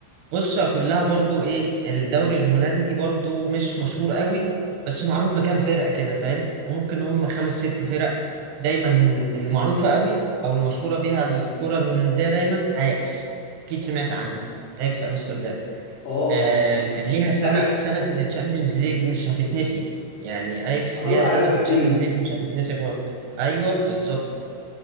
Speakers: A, on the right; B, on the left.
A: بص كلها برضو ايه الدوري الهولندي برضو مش مشهور قوي بس معروف بكام فرقة كده فاهم وممكن هم خمس ست فرق دايما المعروفة قوي او المشهورة بيها الكرة الهولندية دايما اياكس اكيد سمعت عنها اياكس امستردام
B: اه
A: آه كان ليها سنة
B: لعيب
A: سنة في التشامبيونز ليج مش هتتنسي يعني اياكس
B: طلع
A: ليها سنة
B: ريال مدريد
A: في التشامبيونز ليج مش هتتنسي خالص ايوه بالظبط